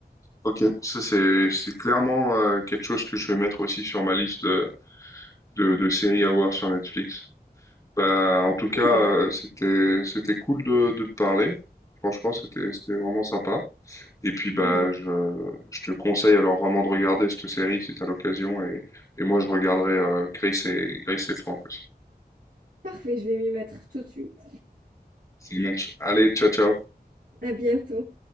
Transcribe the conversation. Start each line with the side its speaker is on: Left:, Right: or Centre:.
Left: Ok, ça c'est c'est clairement euh, quelque chose que je vais mettre aussi sur ma liste de de, de séries à voir sur Netflix. Bah, en tout cas,
Right: Sympa.
Left: euh, c'était c'était cool de de te parler. Franchement, c'était c'était vraiment sympa. Et puis
Right: De
Left: bah
Right: même.
Left: je, je te conseille alors vraiment de regarder cette série si tu as l'occasion et, et moi je regarderai euh, Grace et Grace et Frank aussi.
Right: Parfait, je vais m'y mettre tout de suite.
Left: Ça marche. Allez, ciao ciao.
Right: À bientôt.